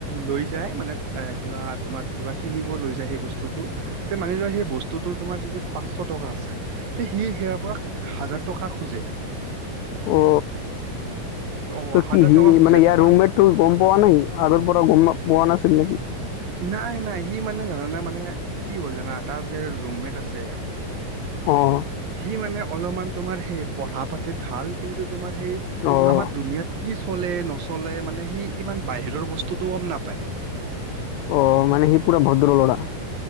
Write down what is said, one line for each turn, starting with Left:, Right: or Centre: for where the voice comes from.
Right: লৈ যায়, মানে এ, কিবা তোমাৰ, কিবা কিনিব লৈ যায়, সেই বস্তু সটো ত' মানি লোৱা সেই বস্তুটো, তোমাৰ য পাঁচশ টকা আছে, ত', সি সেয়াৰ পৰা হাজাৰ টকা খোজে।
Left: অঁ।
Right: অ
Left: ত'
Right: হাজাৰ
Left: কি সি
Right: টকা খোজে
Left: মানে ইয়াৰ
Right: তে পাঁচ
Left: ৰুমেট টো গম পোৱা নাই, আগৰ পৰা গম পোৱা নাছিল নেকি?
Right: নাই, নাই সি মানে জানানে মানে কি হ'ল জানা, তাৰ যে ৰুমমেট আছে
Left: অঁ।
Right: সি মানে অলপমান তোমাৰ সেই পঢ়া পাতিত ভাল, কিন্তু তোমাৰ সেই
Left: অঁ
Right: আমাৰ দুুনিয়াত কি চলে, নচলে মানে সি ইমান বাহিৰৰ বস্তুটো গম নাপায়।
Left: অ'। মানে সি পুৰা ভদ্ৰ ল'ৰা।